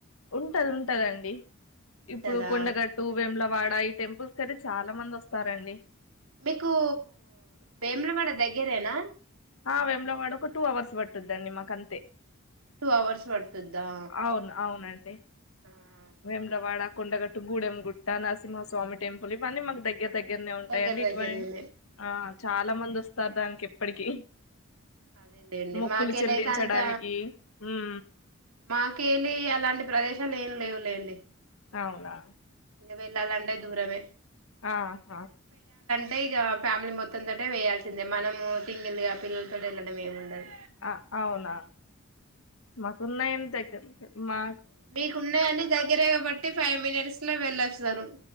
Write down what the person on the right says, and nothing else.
ఉంటదా
మీకూ బెమ్లవాడ దగ్గరేనా
టూ అవర్స్ పట్టుద్దా
ఆహు
దగ్గర
దగ్గరేలే
అదేలేండి
మాకేలైతే
అంత
మాకేలి అలాంటి ప్రదేశాలు ఏం లేవులేండి
మేం వెళ్ళాలంటే దూరమే
అంటే ఇగ ఫ్యామిలీ మొత్తం తోటే వేయాల్సిందే మనము సింగిల్ గా పిల్లలు తోడు వెళ్ళడంముండదు
మీకున్నాయని దగ్గరే కాబట్టి ఫైవ్ మినిట్స్ లో వెళ్ళచ్చు సరు